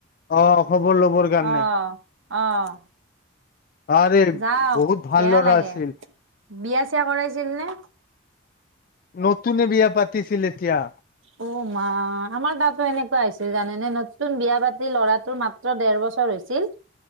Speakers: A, on the left; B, on the right.
A: অ খবৰ ল'বৰ কাৰণে
B: অ', অ',
A: আৰে
B: যাওক
A: বহুত ভাল
B: বেয়া
A: ল'ৰা
B: লাগে
A: আছিল
B: বিয়া চিয়া কৰাইছিল নে?
A: নতুনে বিয়া পাতিছিল এতিয়া।
B: অ', মা আমাৰ তাতো এনেকুৱা হৈছিল জানেনে নতুন বিয়া পাতি ল'ৰাটোৰ মাত্ৰ দেৰ বছৰ চৰ হৈছিল